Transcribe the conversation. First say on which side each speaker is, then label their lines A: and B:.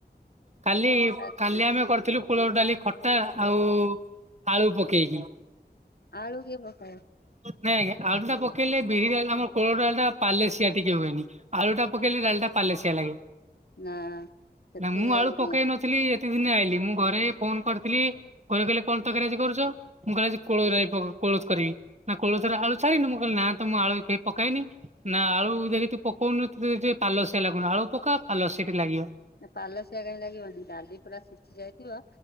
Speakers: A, on the right; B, on the left.
A: କାଲି
B: ଦେଇକି
A: କାଲି ଆମେ କରିଥିଲୁ କୁଳଥ ଡାଲି ଖଟା ଆଉ ଆଳୁ ପକେଇକି।
B: ଆଳୁ କିଏ ପକାଏ
A: ନାଇଁ ଆଜ୍ଞା ଆଳୁଟା ପକେଇଲେ ବିରି ଡାଲି ଆମର କୋଳୋଥୋ ଡାଲଟା ପାଲେସିଆ ଟିକେ ହୁଏନି ଆଳୁ ଟା ପକେଇଲେ ଡାଲିଟା ପାଲେଶିଆ ଲାଗେ।
B: ନା ସେଥିରେ
A: ନା ମୁଁ ଆଳୁ ପକେଇ ନଥିଲି। ଏତେ ଦିନେ ଆଇିଲି ମୁଁ ଘରେ ଫୋନ କରିଥିଲି ଘରେ କହିଲେ କଣ ତକାରି କରୁଛ ମୁଁ କହିଲେ କୋଳୋଥ ଡାଲି ବ କୋଳୋଥ କରିବି ନା କୋଳୋଥୋ ଟା ଆଳୁ ଛାଡିନୁ ମୁଁ କହିଲି ନା ତ ମୁଁ ଆଳୁ କେବେ ପକାଏନି ନା ଆଳୁ ଦେଖି ତୁ ପକୋଉନୁ ତୋତେ ଟିକେ ପାଲସଆ ଲାଗୁନି ଆଉ ପକା ପାଲସିଆ ଟିକେ ଲାଗିବ।
B: ନା ପାଲସିଆ କାହିଁ ଲାଗିବନି ଡାଲି ପୁରା ସିଝି ଯାଇଥିବ